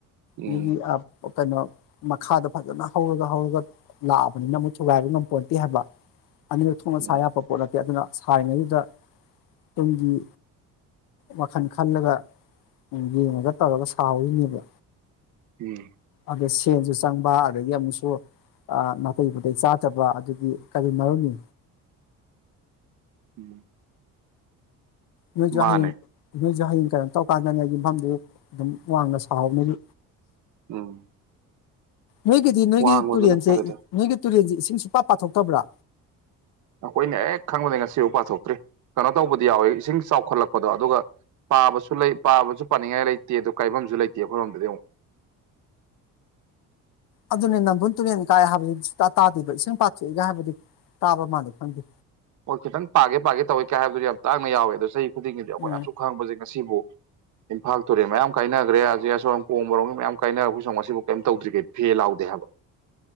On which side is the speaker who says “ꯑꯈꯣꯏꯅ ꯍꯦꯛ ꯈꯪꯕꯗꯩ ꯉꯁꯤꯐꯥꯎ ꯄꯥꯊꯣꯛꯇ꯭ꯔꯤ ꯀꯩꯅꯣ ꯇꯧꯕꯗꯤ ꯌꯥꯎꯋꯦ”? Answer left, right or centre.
Right